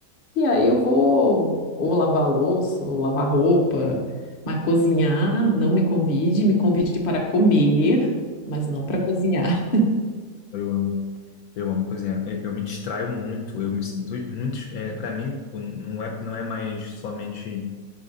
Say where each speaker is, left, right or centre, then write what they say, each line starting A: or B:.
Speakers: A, on the left (about 35°); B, on the left (about 70°).
A: E aí eu vou ou lavar a louça, ou lavar roupa, mas cozinhar, não me convide, me convide para comer, mas não para cozinhar.
B: eu amo. Eu amo cozinhar. Eu, eu me distraio muito. Eu me sinto muito. É, para mim, tipo, não é, não é mais somente